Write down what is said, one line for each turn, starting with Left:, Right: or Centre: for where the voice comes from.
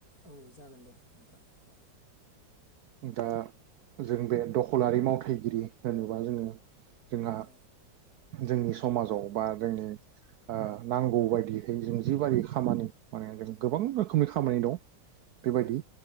Left: औ जागोन दे नोंथां औ
Right: दा जों बे दखलारि मावथायगिरि होनोबा जोङो जोंहा
Left: औ
Right: जोंनि समाजाव बा जोंनि ओ नांगौ बा बिहाय जों जिबारि खामानि माने जों गोबां रोखोमनि खामानि दं। बेबायदि
Left: औ